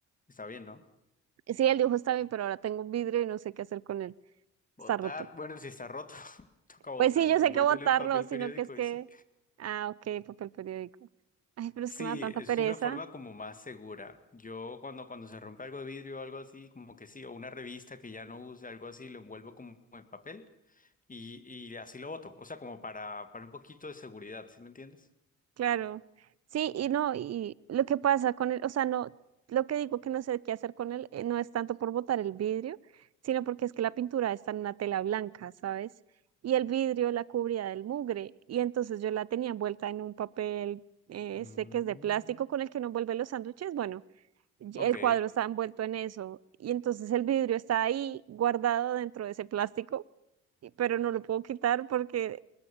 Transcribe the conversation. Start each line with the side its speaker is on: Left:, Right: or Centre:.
Left: está bien, ¿no?
Right: Sí, el dibujo está bien, pero ahora tengo un vidrio y no sé qué hacer con él.
Left: Botar,
Right: Está roto.
Left: bueno, si está roto, <laughs> toca botarlo,
Right: Pues sí, yo sé
Left: envuélvelo
Right: que botarlo,
Left: en papel
Right: sino
Left: periódico
Right: que es que...
Left: y sí.
Right: Ah, ok, papel periódico. Ay, pero es
Left: Sí,
Right: que me da tanta
Left: es
Right: pereza.
Left: una forma como más segura. Yo cuando, cuando se rompe algo de vidrio o algo así, como que sí, o una revista que ya no use, algo así, lo envuelvo como en papel y, y así lo boto, o sea, como para, para un poquito de seguridad, ¿sí me entiendes?
Right: Claro, sí, y no, y lo que pasa con él, o sea, no, lo que digo que no sé qué hacer con él eh, no es tanto por botar el vidrio, sino porque es que la pintura está en una tela blanca, ¿sabes? Y el vidrio la cubría del mugre, y entonces yo la tenía envuelta en un papel, eh,
Left: Mm.
Right: este que es de plástico con el que uno envuelve los sándwiches, bueno, y
Left: Ok.
Right: el cuadro está envuelto en eso, y entonces el vidrio está ahí guardado dentro de ese plástico, y- pero no lo puedo quitar porque